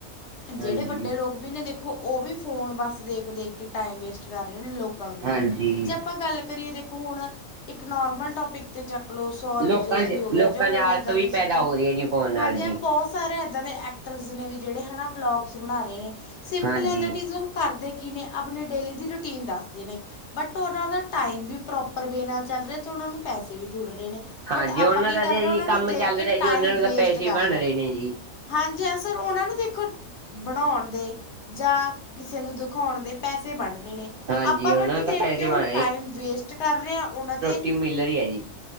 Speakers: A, on the left; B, on the right.
A: ਜੇੜੇ
B: ਹਾਂਜੀ
A: ਵੱਡੇ ਲੋਕ ਵੀ ਨੇ ਦੇ ਦੇਖੋ ਓ ਵੀ ਫੋਨ ਬਸ ਦੇਖ-ਦੇਖ ਕੇ ਟਾਈਮ ਵੇਸਟ ਕਰ ਰੇ ਨੇ ਲੋਕ ਕਾਂ ਨੂੰ ਦੇ
B: ਹਾਂਜੀ
A: ਕੇ ਜੇ ਆਪਾਂ ਗੱਲ ਕਰੀਏ ਦੇਖੋ ਹੁਣ ਇੱਕ ਨੋਰਮਲ ਟੋਪਿਕ ਤੇ ਚੱਕਲੋ ਸੌਰਵ
B: ਲੋਕਾਂ
A: ਜੋਸੀ
B: 'ਚ
A: ਹੋ ਗਯਾ
B: ਲੋਕਾਂ
A: ਜਾਂ ਹੋਰ
B: 'ਚ ਆਲਸ
A: ਏਦਾਂ
B: ਵੀ
A: ਦੀ ਚੀਜ਼
B: ਪੈਦਾ
A: ਜਾਂ
B: ਹੋ ਰਹੀ ਹੈ ਜੀ ਫੋਨ ਨਾਲ
A: ਹਾਂਜੀ ਹਾਂ
B: ਜੀ
A: ਬੋਤ ਸਾਰੇ ਏਦਾਂ ਦੇ ਐਕਟਰਸ ਨੇ ਵੀ ਜੇੜੇ ਹਨਾ ਵਲੋਗਸ ਬਣਾ ਰੇ ਨੇ। ਸਿੰਪਲ
B: ਹਾਂਜੀ
A: ਐਜ ਇਟ ਇਜ਼ ਓ ਕਰਦੇ ਕੀ ਨੇ ਅਪਣੀ ਡੇਲੀ ਦੀ ਰੂਟੀਨ ਦੱਸਦੇ ਨੇ। ਬਟ ਓਨਾ ਦਾ ਟਾਈਮ ਵੀ ਪ੍ਰੋਪਰ ਵੇਅ ਨਾਲ ਚੱਲ ਰਯਾ ਤੇ ਓਨਾਂ ਨੂੰ ਪੈਸੇ ਵੀ ਜੁੜ ਰੇ ਨੇ।
B: ਹਾਂਜੀ
A: ਬਟ ਆਪਾਂ
B: ਉਹਨਾਂ
A: ਕੀ
B: ਦਾ
A: ਕਰ
B: ਤਾਂ
A: ਰੇ
B: ਜੀ
A: ਆ ਓਨਾਂ ਨੂੰ
B: ਕੰਮ
A: ਦੇਖ
B: ਚੱਲ
A: ਕੇ
B: ਰਿਹਾ ਜੀ
A: ਟਾਈਮ
B: ਉਹਨਾਂ ਨੂੰ
A: ਵੇਸਟ
B: ਤਾਂ ਪੈਸੇ
A: ਕਰ
B: ਬਣ
A: ਰੇ
B: ਰਹੇ
A: ਆ।
B: ਨੇ ਜੀ
A: ਹਾਂਜੀ ਹਾਂ ਸਰ ਓਨਾਂ ਦੇਖੋ ਬਣਾਉਣ ਦੇ ਜਾਂ ਕਿਸੇ ਨੂੰ ਦਿਖਾਉਣ ਦੇ ਪੈਸੇ ਬਣ ਰਹੇ ਨੇ,
B: ਹਾਂਜੀ
A: ਆਪਾਂ
B: ਉਹਨਾਂ
A: ਬਟ
B: ਨੂੰ ਤਾਂ
A: ਦੇਖ
B: ਪੈਸੇ
A: ਕੇ ਓ
B: ਬਣ
A: ਟਾਈਮ ਵੇਸਟ ਕਰ ਰੇ ਆ ਨਾਂ 'ਤੇ
B: ਟੀ ਮਿਲ ਰੀ ਐ ਜੀ